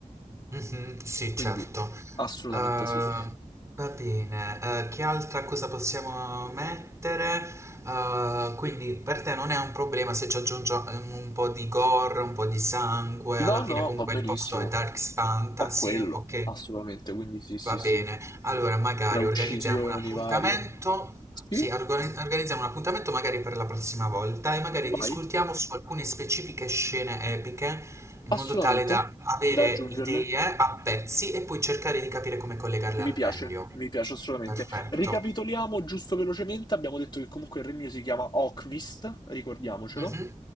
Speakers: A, on the right; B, on the left.
A: Mhm, sì,
B: Quindi,
A: certo.
B: assolutamente
A: Ehm,
B: sì.
A: va bene, eh, che altra cosa possiamo mettere? Eh, quindi per te non è un problema se ci aggiungo ehm, un po' di gore, un po' di sangue,
B: No,
A: alla fine
B: no,
A: comunque
B: va benissimo.
A: il posto è Dark Fantasy,
B: È quello,
A: ok?
B: assolutamente. Quindi sì, sì,
A: Va bene,
B: sì.
A: allora magari
B: Tra uccisioni
A: organizziamo un appuntamento,
B: varie. Sì,
A: sì, organ- organizziamo un appuntamento magari per la prossima volta e magari
B: vai.
A: discutiamo su alcune specifiche scene epiche in
B: Assolutamente.
A: modo tale da avere
B: Da aggiungerle.
A: idee a pezzi e poi cercare di capire come collegarle
B: Mi
A: al
B: piace,
A: meglio.
B: mi piace assolutamente.
A: Perfetto.
B: Ricapitoliamo giusto velocemente, abbiamo detto che comunque il regno si chiama Okmist, ricordiamocelo,
A: Mh-mh.